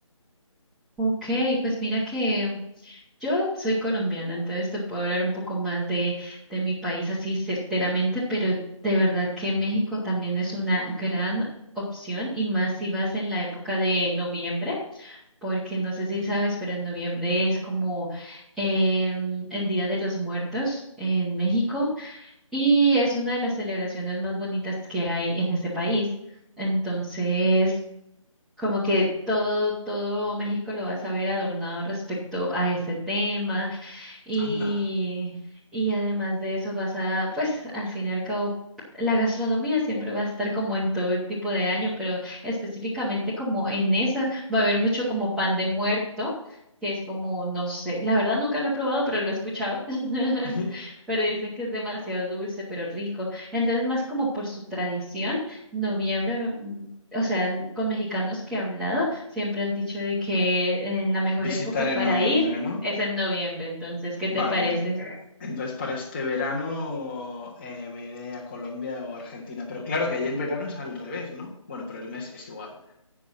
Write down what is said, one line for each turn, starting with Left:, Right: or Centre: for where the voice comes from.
Centre: Ok, pues mira que yo soy colombiana, entonces te puedo hablar un poco más de, de mi país así certeramente, pero de verdad que México también es una gran opción y más si vas en la época de noviembre, porque no sé si sabes, pero en noviembre es como em, el Día de los Muertos en México. Y es una de las celebraciones más bonitas que hay en ese país. Entonces, como que todo, todo México lo vas a ver adornado respecto a ese tema. Y,
Left: Anda.
Centre: y además de eso vas a, pues al fin y al cabo, la gastronomía siempre va a estar como en todo el tipo de año, pero específicamente como en esa va a haber mucho como pan de muerto, que es como, no sé, la verdad nunca lo he probado, pero lo he escuchado, <laughs>
Left: Ujú.
Centre: pero dicen que es demasiado dulce, pero rico. Entonces, más como por su tradición, noviembre... mm, O sea, con mexicanos que he hablado, siempre han dicho de que en la mejor
Left: Visitar
Centre: época para
Left: en noviembre,
Centre: ir
Left: ¿no?
Centre: es en noviembre, entonces, ¿qué
Left: Vale.
Centre: te parece?
Left: Entonces para este verano eh, me iré a Colombia o Argentina. Pero claro que allí el verano es al revés, ¿no? Bueno, pero el mes es igual.